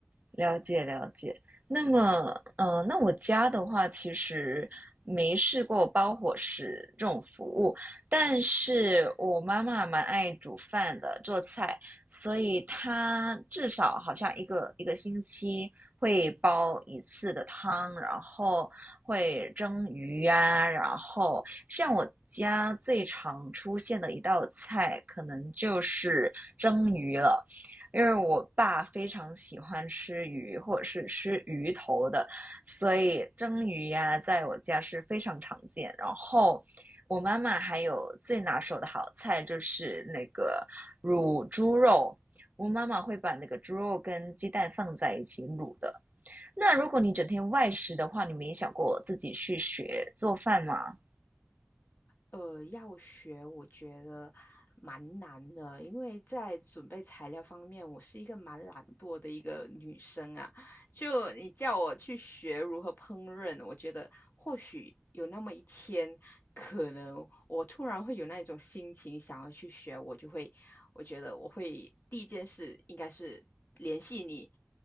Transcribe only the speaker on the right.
了解了解。那么，呃，那我家的话，其实没试过包伙食这种服务，但是我妈妈蛮爱煮饭的，做菜，所以她至少好像一个一个星期会煲一次的汤，然后会蒸鱼啊，然后像我家最常出现的一道菜，可能就是蒸鱼了。因为我爸非常喜欢吃鱼，或者是吃鱼头的，所以蒸鱼呀、在我家是非常常见。然后我妈妈还有最拿手的好菜就是那个卤猪肉，我妈妈会把那个猪肉跟鸡蛋放在一起卤的。那如果你整天外食的话，你没想过自己去学做饭吗？